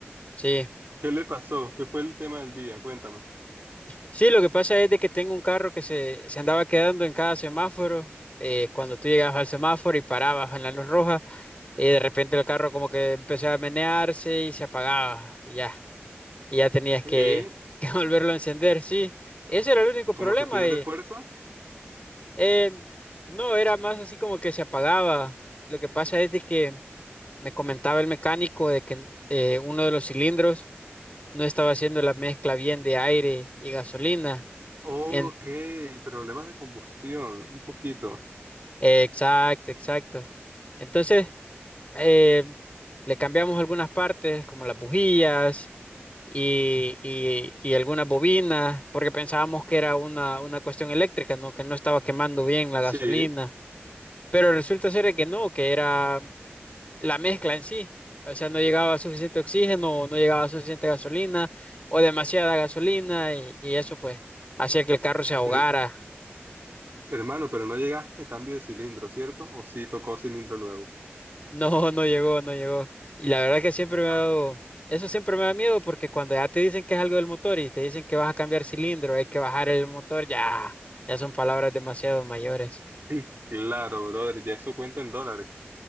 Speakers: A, on the left; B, on the right.
A: Sí,
B: qué le pasó? ¿Qué fue el tema del día? Cuéntame.
A: sí, lo que pasa es de que tengo un carro que se, se andaba quedando en cada semáforo. Eh, cuando tú llegabas al semáforo y parabas en la luz roja, y de repente el carro como que empezaba a menearse y se apagaba. Y ya, y ya tenías
B: ¿Qué?
A: que, <laughs> que volverlo a encender. Sí, ese era el único
B: ¿Cómo
A: problema.
B: que pierde fuerza?
A: Eh, no, era más así como que se apagaba. Lo que pasa es de que me comentaba el mecánico de que eh, uno de los cilindros no estaba haciendo la mezcla bien de aire y gasolina.
B: Ok,
A: En-
B: problemas de combustión, un poquito.
A: exacto, exacto. Entonces, eh, le cambiamos algunas partes, como las bujías y, y- y algunas bobinas, porque pensábamos que era una, una cuestión eléctrica, ¿no? Que no estaba quemando bien la gasolina.
B: Sí.
A: Pero resulta ser de que no, que era la mezcla en sí. O sea, no llegaba suficiente oxígeno, o no llegaba suficiente gasolina, o demasiada gasolina, y, y eso pues hacía que el carro se ahogara.
B: Her-
A: <laughs>
B: hermano, pero no llegaste a cambio de cilindro, ¿cierto? ¿O sí tocó cilindro nuevo?
A: No, no llegó, no llegó. Y la verdad que siempre me
B: Ah,
A: ha dado, eso siempre me da miedo porque cuando ya te dicen que es algo del motor y te dicen que vas a cambiar cilindro, hay que bajar el motor, ya, ya son palabras demasiado mayores.
B: sí. Claro, brother, ya eso cuenta en dólares.